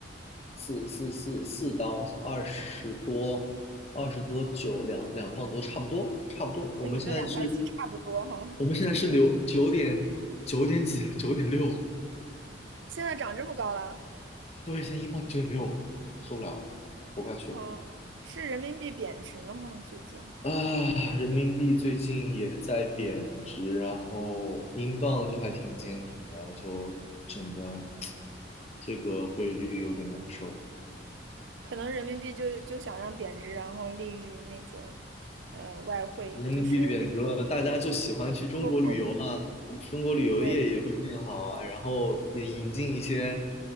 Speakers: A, on the left (about 35°); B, on the right (about 80°).
A: 四四四四刀，二十多，二十多九两两磅多，差不多，差不多。
B: 跟你的两块七差不多哈，
A: 我们现在是，我们现在是留九点九点几，
B: 嗯，
A: 九点六，
B: 现在涨这么高了，
A: 对，现在英镑九点六，受不了了，活不下去了。
B: 哦，是人民币贬值了吗？最近
A: 啊，人民币最近也在贬值，然后英镑就还挺坚挺的，就整个这个汇率有点难受。
B: 可能人民币就就想让贬值，然后利于那种呃外汇，
A: 人民币贬值了，
B: 就是
A: 大家就喜欢去中国旅游啊，
B: 出口，
A: 中国旅游业也会变好啊，
B: 对
A: 然后也引进一些